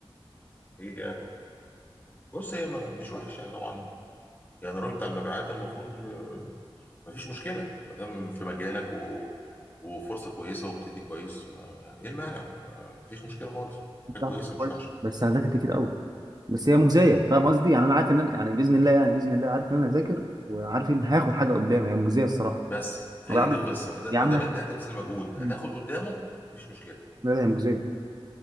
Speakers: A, on the left; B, on the right.
A: هي بص هي ما- مش وحش يعني طبعا يعني الراجل بتاع المبيعات المفروض آه، ما فيش مشكله ما دام في مجالك و... وفرصه كويسه وبتدي كويس ما... ما- ايه المانع ما فيش مشكله خالص
B: بتاعت
A: حاجه كويسه مش
B: كويسه
A: وحشه
B: بس هذاكر كتير قوي بس هي مجزيه فاهم قصدي يعني انا عارف ان انا يعني باذن الله يعني باذن الله عارف ان انا هذاكر وعارف ان هاخد حاجه قدام هي مجزيه الصراحه
A: بس هي
B: هو بيعاملك
A: دي قصه ما دا-
B: بيعاملك
A: ما دام انت هتبذل مجهود
B: مم.
A: هتاخد قدامه ما فيش مشكله
B: لا لا هي مجزيه